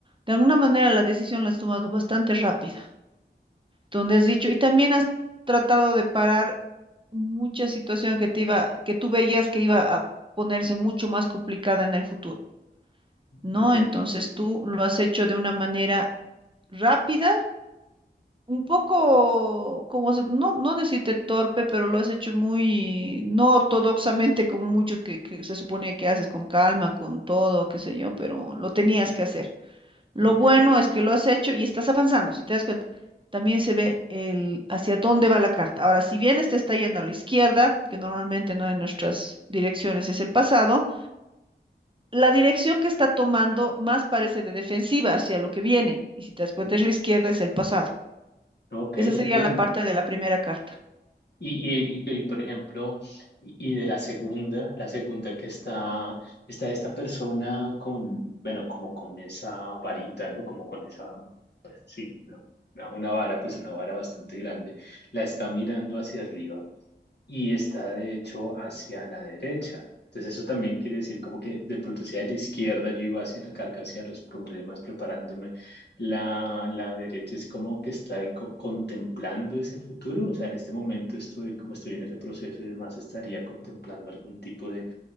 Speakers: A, on the right; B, on the left.
A: de alguna manera la decisión la has tomado bastante rápida, donde has dicho, y también has tratado de parar mucha situación que te iba, que tú veías que iba a ponerse mucho más complicada en el futuro, ¿no?
B: Entiendo.
A: Entonces tú lo has hecho de una manera rápida un poco, como se, no, no decirte torpe, pero lo has hecho muy no ortodoxamente, como muchos que, que se suponía que haces con calma, con todo, qué sé yo, pero lo tenías que hacer. Lo
B: Ok.
A: bueno es que lo has hecho y estás avanzando, si te das cuenta. También se ve el hacia dónde va la carta. Ahora, si bien este está yendo a la izquierda, que normalmente no de nuestras direcciones es el pasado, la dirección que está tomando más parece de defensiva hacia lo que viene. Y si te das cuenta es la izquierda, es el pasado.
B: Ok,
A: Esa
B: entiendo.
A: sería la parte de la primera carta.
B: Y, y, y, y, por ejemplo, y, y de la segunda, la segunda que está, está esta persona con, bueno, como con esa varita, ¿no? Como con esa, pues sí, ¿no? Una, una vara, pues una vara bastante grande, la está mirando hacia arriba y está de hecho hacia la derecha. Entonces eso también quiere decir como que de pronto hacia la izquierda yo iba hacia la carga, hacia los problemas, preparándome. La, la derecha es como que está ahí co- contemplando ese futuro. O sea, en este momento estoy, como estoy en ese proceso y demás, estaría contemplando algún tipo de,